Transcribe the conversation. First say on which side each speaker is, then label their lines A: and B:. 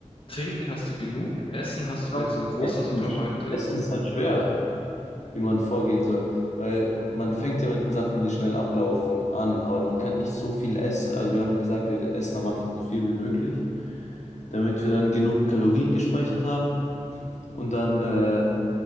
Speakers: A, on the left; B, on the left.
A: trinken hast du genug, Essen hast du,
B: glaub,
A: wenn es ein großer
B: Essen,
A: Supermarkt ist.
B: Essen ist halt schwer, wie man vorgehen soll. Weil man fängt ja mit den Sachen, die schnell ablaufen, an. Aber man kann nicht so viel essen. Also wir haben gesagt, wir essen am Anfang so viel wie möglich, damit wir dann genug Kalorien gespeichert haben. Und dann äh,